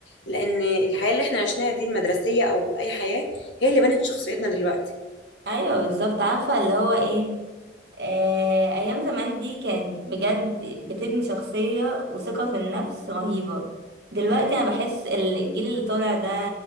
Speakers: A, on the left; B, on the right.
A: لان الحياه اللي احنا عشناها دي المدرسيه او اي حياه هي اللي بنت شخصيتنا دلوقتي
B: ايوه بالظبط عارفة اللي هو ايه آه أيام زمان دي كانت بجد بتبني شخصية وثقة في النفس رهيبة دلوقتي أنا بحس الجيل اللي طالع ده